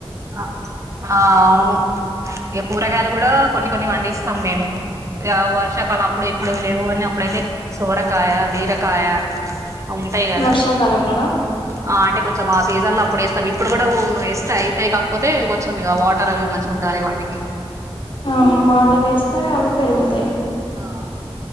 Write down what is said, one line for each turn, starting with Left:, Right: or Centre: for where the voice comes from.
Right: అ ఆ అవును, ఇక కూరగాయలు గూడా కొన్ని కొన్ని పండిస్తాం మేము, వర్షాకాల అప్పుడు ఇప్పుడు లేవు అని, అప్పుడైతె సోరకాయ, బీరకాయ. అవి ఉంటయ్ కద,
Left: వర్షాకాలంలోనా
Right: ఆ అంటె కొంచెం మాస్ సీజన్ ల అప్పుడు వేస్తాం, ఇప్పుడు గూడ ఒ యేస్తె అయిపొ వుంటై కాకపోతే, కొంచెం యిగ వాటర్ అవి మంచి గుండలె వాటికి.
Left: అవును వాటర్ వేస్తె అవి పెరుగుతాయ్.
Right: ఆహ్